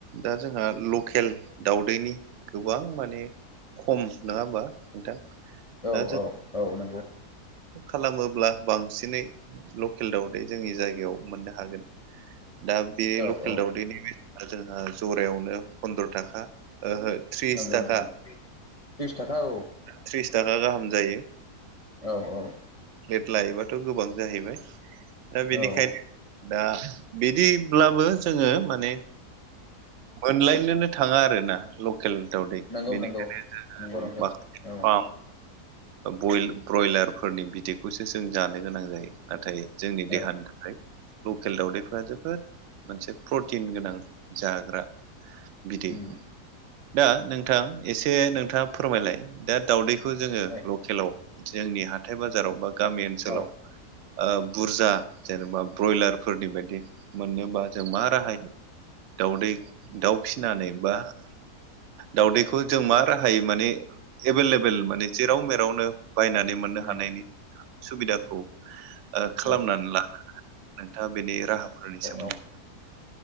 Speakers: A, on the right (about 70°); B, on the left (about 40°).
A: दा जोंहा लकेल दावउदैनि गोबां माने खम नङा होमबा नोंथां
B: औ
A: दा जों
B: औ औ नंगौ
A: खालामोब्ला बांसिनै लकेल दावदै जोंनि जायगायाव मोननो ह हागोन दा बे
B: औ
A: लकेल
B: औ
A: दावदैनि बे जोंहा जरायावनो फन्द्र' थाखा ओहो थ्रिस
B: नंगौ
A: थाखा
B: नंगौ त्रिस थाखा औ
A: थ्रिस थाखा गाहाम जायो।
B: औ औ
A: लेट लायोबाथ' गोबां जाहैबाय दा बेनिखायनो
B: औ
A: दा बिदिब्लाबो जोङो माने मोनलायनोनो थाङा आरोना लकेल दावदै
B: नंगौ
A: बेनिखायनो
B: नंगौ
A: जों
B: नंगौ नोंथां औ
A: <inaudible> ओ बय ब्रयलारफोरनि बिदैखौसो जों जानो गोनां जायो नाथाय जोंनि देहानि
B: औ
A: थाखाय लकेल दावउदैफ्रा जोबोद मोनसे प्रटिन गोनां जाग्रा। बिदै
B: उम
A: दा नोंथां एसे नोंथाङा फोरमायलाय। दा दावदैखौ जोङो
B: औ
A: लकेलाव जोंनि हाथाय बाजाराव बा गामि ओनसोलाव
B: औ
A: ओ बुरजा जेनेबा ब्रयलारफोरनि बायदि मोननोबा जों मा राहायै दाउदै दाउ फिसिनानै बा दाउदैखौ जों मा थायो माने एभेलेबेल माने जेराव मेरावनो बायनानै मोननो
B: उम
A: हानायनि सुबिदाखौ ओ खालामनानै
B: औ
A: लानो हागोन नोंथाङा बेनि राहाफोरनि सोमोन्दै
B: औ